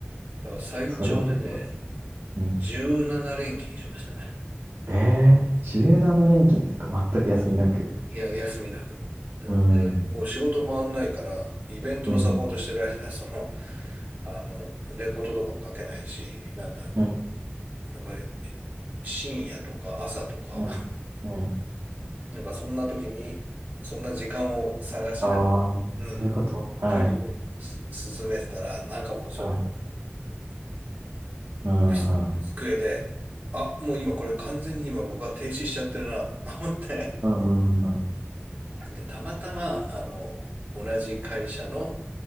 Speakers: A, on the right; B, on the right.
A: だから最長でね、
B: それは結構辛い。うん。
A: 17連勤しましたね。
B: ええー、17連勤ですか全く休みなく。
A: うん。いや、休みなく。
B: うん、
A: で、
B: うん、
A: もう仕事回んないから、イベントのサポートしてる間、
B: うん、
A: <laughs> その、あの、レポートとかも書けないし、なんか、
B: う
A: なんか深夜とか朝とか、
B: ん、
A: <laughs>
B: うん。
A: なんかそんな時に、そんな時間を探しながら、
B: ああ、
A: うん、
B: そういうこと。はい。
A: 処理をす進めてたら、なんかもうちょっと、
B: はい。うん、
A: オフィスの机で、
B: うん。
A: あ、もう今これ完全に今僕は停止しちゃってるな、と思って。
B: うん、うん、うん。
A: で、たまたま、あの、同じ会社の